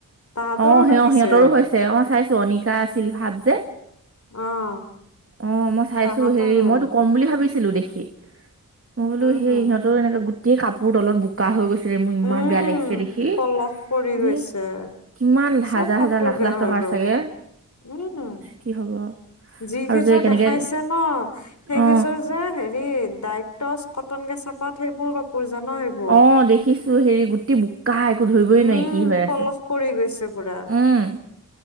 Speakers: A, on the left (about 55°); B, on the right (about 40°).
A: তাহাঁতৰো
B: অ', স
A: ডুবিছে
B: অ', সিহঁতৰো হৈছে, অ', চাইছো অনিকা আছিল ভাৱ যে।
A: অ'।
B: অ', মই চাইছো
A: তাহাঁতৰো
B: হেৰি মইতো কম বুলি ভাবিছিলো দেখি। মই বোলো
A: উম
B: সেই সিহতঁৰ এনেকা গোটেই কাপোৰ তলত বো কা হৈ গৈছে, মোৰ ইমান
A: উম
B: বেয়া লাগিছে দেখি,
A: পলস পৰি গৈছে
B: ধেই। কিমান
A: চব
B: হাজাৰ,
A: কাপোৰ
B: হাজাৰ লাখ
A: বেয়া
B: লাখ টকাৰ
A: হৈ গ'ল
B: চাগে।
A: উম,
B: কি হব
A: যিকেইযোৰ
B: আৰু যে কেনেকে
A: দেখাইছে ন, সেইকেইযোৰ
B: অ
A: যে হেৰি দাই, তচ, কটন, কেচাপাত সেইবোৰ কাপোৰ জান, সেইবোৰ
B: অ', দেখিছো হেৰি গুটি বুক কা একো ধৰিবই
A: উম
B: নোৱাৰি, কি হৈ
A: পলস
B: আছে,
A: পৰি গৈছে পুৰা
B: উম।